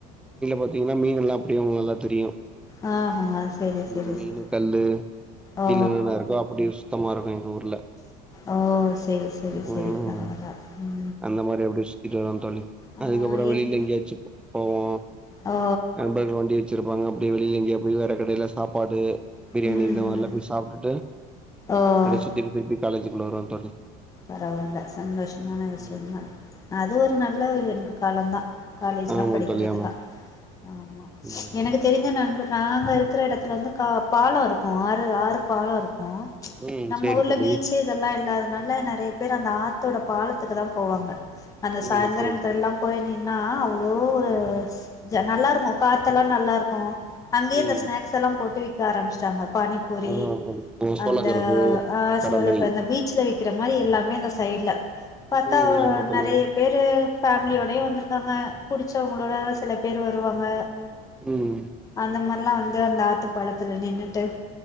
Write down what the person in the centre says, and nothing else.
பாத்தீங்கன்னா மீன் எல்லா அப்டியே உங்களுக்கு நல்லா தெரியு
ம் மீனு
கல்லு கீழ
என்னென்ன இருக்கோ அப்டி சுத்தமா இருக்கு எங்க ஊர்ல
ம்
அந்த மாரி அப்படி சுத்திட்டு வருவோந் தோழி
அதுக்கப்பறோ வெளில
எங்கயாச்சு போவோ
நண்பர்கள் வண்டி வெச்சிருப்பாங்க அப்டியே வெளில எங்கயா போய் வே ட்ட கடைல சாப்பாடு, பிரியாணி
இந்த மாரில்லா
போய் சாப்ட்டுட்டு
அப்டியே சுத்திட்டு திருப்பி காலேஜிக்குள்ள வருவ தோழி
ம்
ஆமா
தோழி ஆமா
ம்
ம்
சேரி
தோழி
ம் சேரி
தோழி
ம்
அதா தோழி ம்
சோளக்கருப்பு
கடலை
ம் ஆமா தோழி
ஆமா
ம்